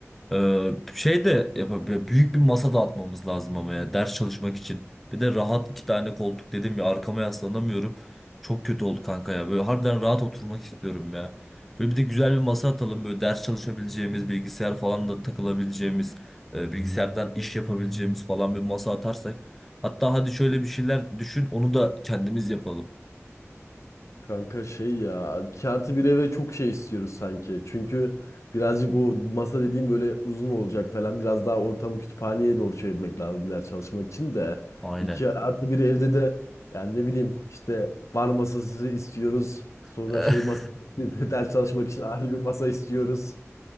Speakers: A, in the centre; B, on the left.
A: Ee, şey de yapabilir. Büyük bir masa dağıtmamız lazım ama ya ders çalışmak için. Bir de rahat iki tane koltuk dedim ya arkama yaslanamıyorum. Çok kötü oldu kanka ya. Böyle harbiden rahat oturmak istiyorum ya. Böyle bir de güzel bir masa atalım. Böyle ders çalışabileceğimiz, bilgisayar falan da takılabileceğimiz, e, bilgisayardan iş yapabileceğimiz falan bir masa atarsak. Hatta hadi şöyle bir şeyler düşün, onu da kendimiz yapalım.
B: Kanka şey ya iki artı bir eve çok şey istiyoruz sanki. Çünkü birazcık o masa dediğim böyle uzun olacak falan biraz daha ortamı kütüphaneye doğru çevirmek lazım ders çalışmak için de.
A: Aynen.
B: iki artı bir evde de yani ne bileyim işte bar masası istiyoruz. Sonra
A: <laughs>
B: şey masası <laughs> ders çalışmak için ayrı bir masa istiyoruz.